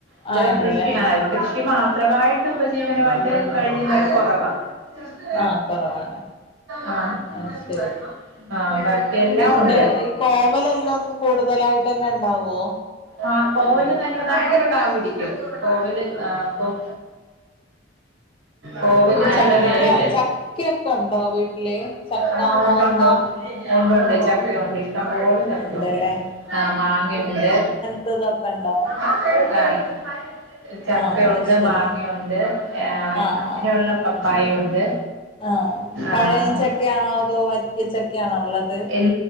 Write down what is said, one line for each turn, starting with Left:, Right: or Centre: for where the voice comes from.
Right: <unintelligible> അല്ല
Left: ആണ്ല്ലേ
Right: കൃഷി ആ കൃഷി മാത്രമായിട്ട് ഉപജീവനമായിട്ട് കഴിയുന്ന വര് കൊറവാ അ <unintelligible>
Left: ആ കുറവാണ്
Right: ആഹ്
Left: അത് ശരി
Right: ആഹ് ബാക്കിയെല്ലാം
Left: പിന്നെ
Right: ഒണ്ട്
Left: ഈ കോവലെല്ലാം ഒന്ന് കൂടുതലായിട്ട് തന്നെ ഉണ്ടാവോ
Right: ആ കോവല് നല്ലതായിട്ട് കാ പിടിക്കും കോവല് ആ- കോ- കോവല് നല്ലതായിട്ട്
Left: ചക്ക ചക്കയൊക്കെ ഉണ്ടോ വീട്ടില് ചക്ക
Right: ആ ഉണ്ടോ
Left: മാങ്ങ
Right: ഉണ്ടോ ഒണ്ട് ഒണ്ട് ചക്കയ ഒണ്ട് ഇഷ്ടംപോലെ ചക്ക
Left: ഇണ്ട്ല്ലേ
Right: ഒണ്ട് ആ മാങ്ങയൊണ്ട്
Left: ഇത ഒക്കെ ഒണ്ടോ
Right: ആഹ <unintelligible> ചക്കയൊണ്ട്
Left: ആഹ് അത് ശരി
Right: മാങ്ങയൊണ്ട് ആ
Left: ആഹ്
Right: അങ്ങനെയുള്ള
Left: ആഹ്
Right: പപ്പായുണ്ട്
Left: ആഹ്
Right: ആ
Left: പഴയൻഞ്ചൊക്കെ
Right: അങ്ങനെ
Left: ആണോ അതോ വരിക്കച്ചക്കെയണോ ഉള്ളത്
Right: എൽ